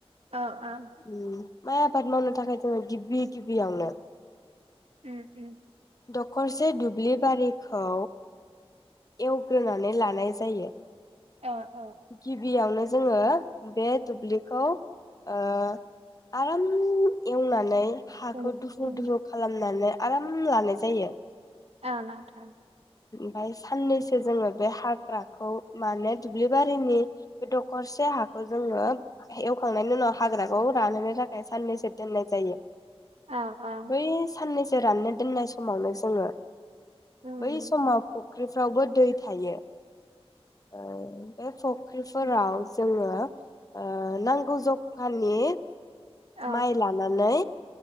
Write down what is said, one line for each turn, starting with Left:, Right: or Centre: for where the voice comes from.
Right: अ अ।
Left: उम माइ आबाद मावनो थाखाय जोङो गिबि गिबियावनो
Right: उम उम।
Left: दखरसे दुब्लिबारिखौ एवग्रोनानै लानाय जायो।
Right: ओ ओ
Left: गिबियावनो जोङो बे दुब्लिखौ ओ आराम एवनानै हाखौ
Right: ओ
Left: दुहु
Right: ओ
Left: दुहु खालामनानै आराम लानाय जायो।
Right: औ नोंथां।
Left: बायस साननैसो जोङो बे हाग्राखौ माने दुब्लिबारिनि बे दखरसे हाखौ जोङो एवखांनायनि उनाव हाग्राखौ रानहोनो थाखाय साननैसो दोननाय जायो।
Right: औ औ
Left: बै साननैस फोराननो दोननाय समावनो <unintelligible>
Right: उम
Left: बै समाव
Right: उम
Left: फोरावबो दै थायो। ओ बे फख्रिफोराव
Right: उम
Left: जोङो ओ नांगौ जखानि
Right: औ
Left: माइ लालाानानैै